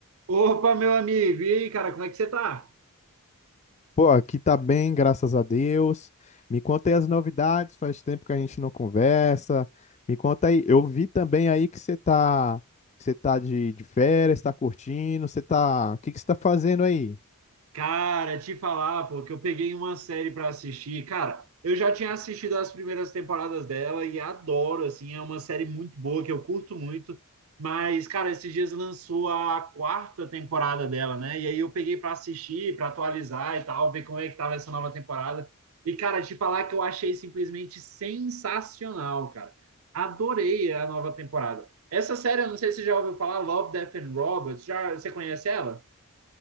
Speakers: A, on the right; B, on the left.
A: Opa, meu amigo, e aí, cara, como é que você tá?
B: Pô, aqui tá bem, graças a Deus. Me conta aí as novidades, faz tempo que a gente não conversa. Me conta aí, eu vi também aí que você tá, que você tá de, de férias, tá curtindo, você tá, o que que você tá fazendo aí?
A: Cara, te falar, pô, que eu peguei uma série pra assistir. Cara, eu já tinha assistido as primeiras temporadas dela e adoro, assim, é uma série muito boa que eu curto muito. Mas, cara, esses dias lançou a quarta temporada dela, né? E aí eu peguei pra assistir, pra atualizar e tal, ver como é que tava essa nova temporada. E, cara, te falar que eu achei simplesmente sensacional, cara. Adorei a nova temporada. Essa série, eu não sei se você já ouviu falar, Love, Death and Robots. Já, você conhece ela?